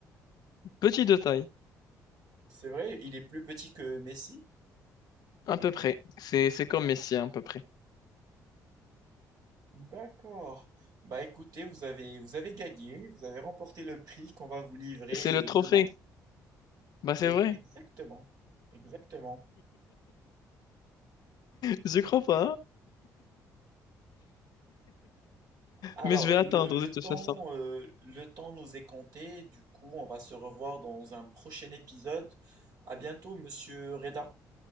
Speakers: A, on the left; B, on the right.
A: Petit de taille.
B: C'est vrai, il est plus petit que Messi?
A: À peu près. C'est, c'est comme Messi, à peu près.
B: D'accord. Bah écoutez, vous avez, vous avez gagné, vous avez remporté le prix qu'on va vous livrer
A: C'est le
B: euh,
A: trophée.
B: demain.
A: Bah, c'est
B: Et-
A: vrai.
B: Exactement, exactement.
A: Je crois pas, hein.
B: Alors,
A: Mais je vais attendre,
B: le, le
A: de toute
B: temps,
A: façon.
B: euh, le temps nous est compté, du coup, on va se revoir dans un prochain épisode. À bientôt, monsieur Reda.